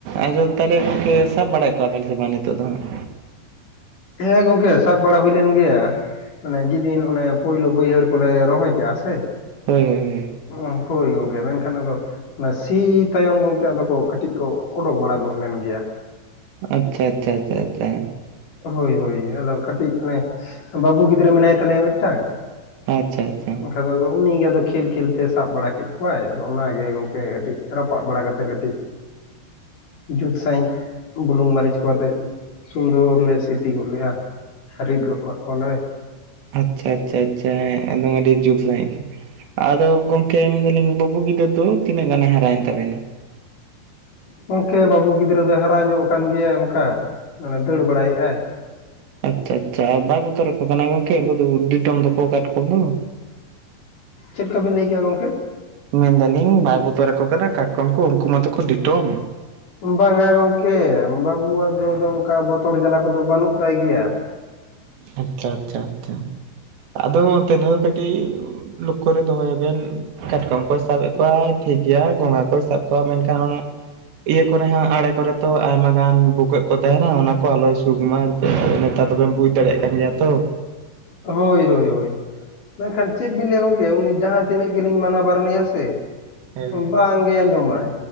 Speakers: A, on the right; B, on the left.
A: ᱟᱫᱚ ᱛᱟᱦᱚᱞᱮ ᱜᱚᱢᱠᱮ ᱥᱟᱵ ᱵᱟᱲᱟᱭᱮᱜ ᱠᱚᱣᱟ ᱵᱤᱱ ᱥᱮ ᱵᱟᱝ ᱱᱤᱛᱚᱜ ᱫᱚ ᱦᱟᱸᱜ?
B: ᱦᱮᱸ ᱜᱚᱝᱠᱮ ᱥᱟᱵ ᱵᱟᱲᱟ ᱦᱩᱭ ᱞᱮᱱ ᱜᱮᱭᱟ᱾ ᱢᱟᱱᱮ ᱡᱮᱫᱤᱱ ᱚᱱᱮ ᱯᱳᱭᱞᱳ ᱵᱟᱹᱭᱦᱟᱹᱲ ᱠᱚᱞᱮ ᱨᱚᱦᱚᱭ ᱠᱮᱫ-ᱟ ᱥᱮ?
A: ᱦᱩᱸ ᱦᱩᱸ᱾
B: ᱚᱸ ᱦᱳᱭ ᱜᱚᱝᱠᱮ ᱢᱮᱱᱠᱷᱟᱱ ᱟᱫᱚ, ᱚᱱᱮ ᱥᱤ ᱛᱟᱭᱚᱢ ᱜᱚᱢᱠᱮ ᱟᱫᱚ ᱠᱚ ᱠᱟᱹᱴᱤᱡ ᱠᱚ ᱚᱰᱳᱠ ᱵᱟᱲᱟ ᱜᱚᱫ ᱞᱮᱱ ᱜᱮᱭᱟ᱾
A: ᱟᱪᱪᱷᱟ ᱟᱪᱪᱷᱟ ᱟᱪᱪᱷᱟ ᱟᱪᱪᱷᱟ᱾
B: ᱦᱳᱭ ᱦᱳᱭ ᱟᱫᱚ ᱠᱟᱹᱴᱤᱡ ᱚᱱᱮ ᱵᱟᱹᱵᱩ ᱜᱤᱫᱽᱨᱟᱹ ᱢᱮᱱᱟᱭ ᱛᱟᱞᱮᱭᱟ ᱢᱤᱫᱴᱟᱝ᱾
A: ᱟᱪᱪᱷᱟ ᱟᱪᱪᱷᱟ᱾
B: ᱟᱫᱚ ᱟᱫᱚ ᱩᱱᱤᱜᱮ ᱟᱫᱚ ᱠᱷᱮᱞ ᱠᱷᱮᱞᱛᱮ ᱥᱟᱵ ᱵᱟᱲᱟ ᱠᱮᱫ ᱠᱚᱣᱟᱭ ᱟᱫᱚ ᱚᱱᱟᱜᱮ ᱜᱚᱢᱠᱮ ᱠᱟᱹᱴᱤᱡ ᱨᱟᱯᱟᱜ ᱵᱟᱲᱟ ᱠᱟᱛᱮᱫ ᱠᱟᱹᱴᱤᱡ, ᱡᱩᱛ ᱥᱟᱺᱦᱤᱡ ᱵᱩᱞᱩᱝ ᱢᱟᱹᱨᱤᱪ ᱠᱚ ᱟᱛᱮᱜ ᱥᱩᱱᱫᱚᱨ, ᱞᱮ ᱥᱤᱯᱤ ᱜᱚᱫ ᱞᱮᱭᱟ ᱨᱤᱫ ᱜᱚᱫ ᱠᱚᱜ ᱠᱚᱣᱟᱞᱮ᱾
A: ᱟᱪᱪᱷᱟ ᱟᱪᱪᱷᱟ ᱟᱪᱪᱷᱟ ᱦᱮᱸ ᱮᱠᱫᱚᱢ ᱟᱹᱰᱤ ᱡᱩᱛ ᱥᱟᱺᱦᱤᱡ ᱜᱮ᱾ ᱟᱫᱚ ᱜᱚᱢᱠᱮ ᱢᱮᱱᱫᱟᱹᱞᱤᱧ ᱵᱟᱹᱵᱩ ᱜᱤᱫᱟᱹ ᱫᱚ ᱛᱤᱱᱟᱹᱜ ᱜᱟᱱᱮ ᱦᱟᱨᱟᱭᱮᱱ ᱛᱟᱵᱮᱱᱟ?
B: ᱜᱚᱝᱠᱮ ᱵᱟᱹᱵᱩ ᱜᱤᱫᱽᱨᱟᱹ ᱫᱚᱭ ᱦᱟᱨᱟ ᱧᱚᱜ ᱟᱠᱟᱱ ᱜᱮᱭᱟᱭ ᱚᱱᱠᱟ ᱢᱟᱱᱮ ᱫᱟᱹᱲ ᱵᱟᱲᱟᱭᱮᱫ ᱟᱭ᱾
A: ᱟᱪᱪᱷᱟ ᱟᱪᱪᱷᱟ ᱵᱟᱭ ᱵᱚᱛᱚᱨ ᱨᱟᱠᱚ ᱠᱟᱱᱟ ᱜᱚᱢᱠᱮ ᱩᱱᱠᱚ ᱫᱚᱠᱚ ᱰᱤᱴᱟᱹᱢ ᱫᱚᱠᱚ ᱠᱟᱴᱠᱚᱢ ᱫᱚ᱾
B: ᱪᱮᱫ ᱠᱚᱵᱤᱱ ᱞᱮᱭ ᱠᱮᱜ-ᱟ ᱜᱚᱢᱠᱮ?
A: ᱢᱮᱱᱫᱟᱹᱞᱤᱧ ᱵᱟᱭ ᱵᱚᱛᱚᱨ ᱟᱠᱚ ᱠᱟᱱᱟ ᱠᱟᱴᱠᱚᱢ ᱠᱚ ᱩᱱᱠᱩ ᱢᱟᱛᱚᱠᱚ ᱰᱤᱴᱳᱢ?
B: ᱵᱟᱝᱟ ᱜᱚᱝᱠᱮ ᱵᱟᱹᱵᱩᱣᱟᱜ ᱫᱚ ᱚᱱᱠᱟ ᱵᱚᱛᱚᱨ ᱡᱟᱞᱟ ᱠᱚᱫᱚ ᱵᱟᱹᱱᱩᱜ ᱛᱟᱭ ᱜᱮᱭᱟ᱾
A: ᱟᱪᱪᱷᱟ ᱟᱪᱪᱷᱟ ᱟᱪᱪᱷᱟ, ᱟᱫᱚ ᱛᱟᱦᱚᱞᱮ ᱠᱟᱹᱴᱤᱡ ᱞᱚᱠᱠᱷᱚ ᱨᱮ ᱫᱚᱦᱚᱭᱮᱵᱮᱱ᱾ ᱠᱟᱴᱠᱚᱢ ᱠᱚᱭ ᱥᱟᱵᱮᱫ ᱠᱚᱣᱟ᱾ ᱴᱷᱤᱠ ᱜᱮᱭᱟ ᱜᱚᱸᱜᱟ ᱠᱚᱭ ᱥᱟᱵ ᱠᱚᱣᱟ ᱢᱮᱱᱠᱷᱟᱱ ᱚᱱᱟ ᱤᱭᱟᱹ ᱠᱚᱨᱮ ᱦᱚᱸ ᱟᱲᱮ ᱠᱚᱨᱮ, ᱛᱚ ᱟᱭᱢᱟ ᱜᱟᱱ ᱵᱩᱜᱟᱹᱜ ᱠᱚ ᱛᱟᱦᱮᱱᱟ ᱚᱱᱟ ᱠᱚ ᱟᱞᱚᱭ ᱥᱩᱠ ᱢᱟ ᱮᱱᱛᱮ ᱱᱮᱛᱟᱨ ᱫᱚᱚᱵᱮᱱ ᱵᱩᱡᱽ ᱫᱟᱲᱮᱭᱟᱜ ᱠᱟᱱᱟ᱾ ᱯᱟᱸᱡᱟ ᱛᱚ
B: ᱦᱳᱭ ᱦᱳᱭ ᱦᱳᱭ᱾ ᱢᱮᱱᱠᱷᱟᱱ ᱪᱮᱫ ᱵᱤᱱ ᱞᱟᱹᱭᱟ ᱜᱚᱝᱠᱮ ᱩᱱᱤ ᱡᱟᱦᱟᱸ ᱛᱤᱱᱟᱹᱜ ᱜᱮᱞᱤᱧ ᱢᱟᱱᱟ ᱵᱟᱨᱚᱱᱮᱭᱟ ᱥᱮ?
A: ᱦᱮᱸ
B: ᱵᱟᱝᱜᱮ ᱟᱸᱡᱚᱢᱟᱭ